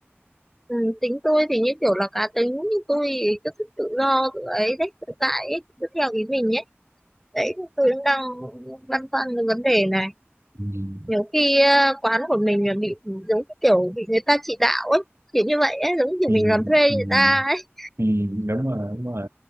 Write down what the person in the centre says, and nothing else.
ừ, tính tôi thì như kiểu là cá tính nhưng tôi thì cứ thích tự do tự ấy đấy tự tại ấy, cứ theo ý mình ấy đấy tôi cũng đang băn khoăn cái vấn đề này
nhiều khi ờ, quán của mình là bị ừ, giống như kiểu bị người ta chỉ đạo ấy kiểu như vậy ấy giống như kiểu
mình làm thuê
người ta ấy